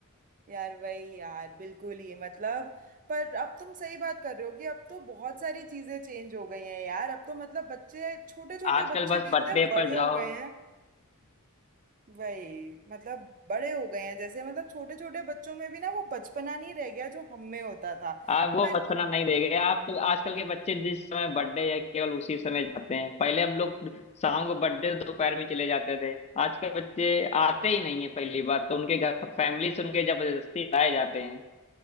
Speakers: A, on the right (about 35°); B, on the left (about 30°).
A: यार वही यार बिल्कुल ही मतलब पर अब तुम सही बात कर रहे हो कि अब तो बहुत सारी चीजें चेंज हो गई हैं यार अब तो मतलब बच्चे छोटे छोटे
B: आजकल
A: बच्चे
B: बस
A: भी
B: बर्थडे
A: इतने बड़े
B: पर
A: हो
B: जाओ
A: गए हैं वही मतलब बड़े हो गए हैं जैसे मतलब छोटे छोटे बच्चों में भी ना वो बचपना नहीं रह गया जो हम में होता था
B: आप वो
A: पर
B: बचपना नहीं रह गया आप आजकल के बच्चे जिस समय बर्थडे है केवल उसी समय जाते हैं पहले हम लोग शाम को बर्थडे दोपहर में चले जाते थे आजकल बच्चे आते ही नहीं है पहली बात तो उनके घर फैमिली से उनके जबरदस्ती लाए जाते हैं